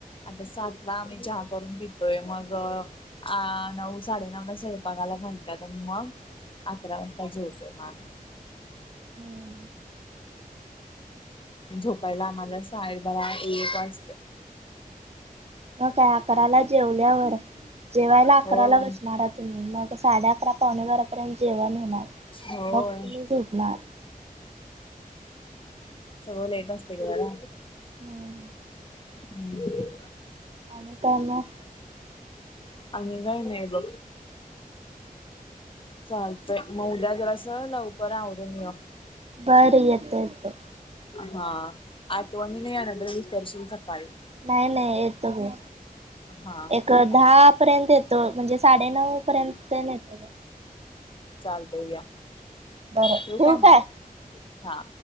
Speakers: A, on the left; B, on the right.
A: आता सातला आम्ही चहा करून पितोय मग अ नऊ साडेनऊला स्वयपाकाला घालतात आणि मग अकरा वाजता जवतोय माग आम्ही.
B: होय.
A: झोपायला आम्हाला साहे बरा, एक वाजता.
B: मग काय अकराला जेवल्यावर जेवायला अकराला
A: होय
B: बसणार तुम्ही मग तर साडे अकरा पावणे वरापर्यंत जेवण होणार
A: होय
B: मग तुम्ही झोपणार.
A: सगळ लेट असतेग बाळा.
B: हम्म.
A: हम्म.
B: आणि काय मग?
A: आणि काय नाही बघ. चालतय मग उद्या जरास लवकर आवरुन येऊ.
B: बर येते, येते.
A: हा आठवणीणी <unintelligible> सकाळी
B: नाही, नाही येतो की.
A: हा
B: एक
A: ठीक आहे
B: दहा पर्यंत येतो म्हणजे साडेनऊ पर्यंत येतो.
A: चालतेय या.
B: बर
A: ठेवू
B: ठेऊ काय?
A: मग हा..